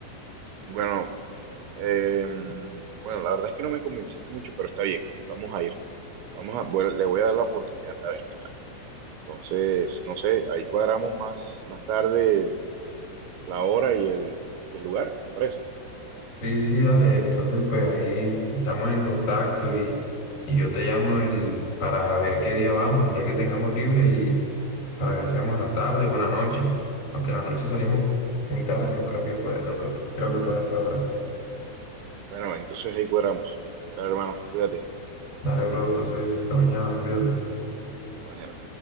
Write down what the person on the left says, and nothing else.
Sí, sí, dale. Entonces, pues ahí estamos en contacto y, y yo te llamo el, para ver qué día vamos, el día que tengamos libre y para ver si vamos en la tarde o en la noche. Aunque en la noche salimos muy tarde, no creo que pueda, no que- creo que pueda ser ahora.
Dale, bro, entonces, hasta mañana, cuídate.